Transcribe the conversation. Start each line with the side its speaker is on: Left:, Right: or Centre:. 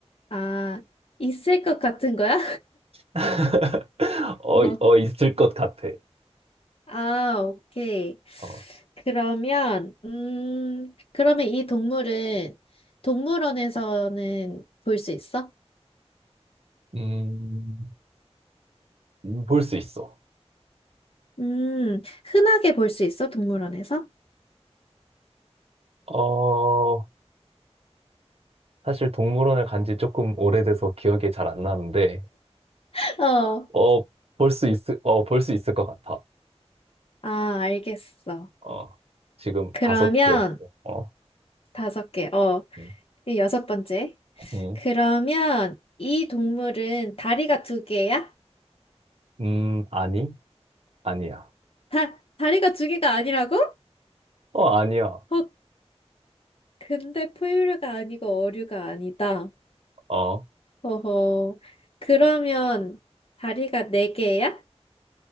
Left: 아, 있을 것 같은 거야?
Right: <laughs> 어,
Left: <laughs>
Right: 어, 있을 것 같아.
Left: 아, 오케이.
Right: 어,
Left: 그러면, 음, 그러면 이 동물은 동물원에서는 볼 수 있어?
Right: 음, 음, 볼 수 있어.
Left: 음, 흔하게 볼 수 있어, 동물원에서?
Right: 어, 사실 동물원을 간지 조금 오래돼서 기억이 잘 안 나는데,
Left: <laughs> 어,
Right: 어, 볼 수 있, 어, 볼 수 있을 것 같아.
Left: 아, 알겠어.
Right: 어, 지금
Left: 그러면
Right: 다섯 개 했어. 어,
Left: 다섯 개, 어,
Right: 음,
Left: 이게 여섯 번째.
Right: 음,
Left: 그러면 이 동물은 다리가 두 개야?
Right: 음, 아니? 아니야.
Left: 다, 다리가 두 개가 아니라고?
Right: 어, 아니야.
Left: 어, 근데 포유류가 아니고 어류가 아니다.
Right: 어.
Left: 어허. 그러면 다리가 네 개야?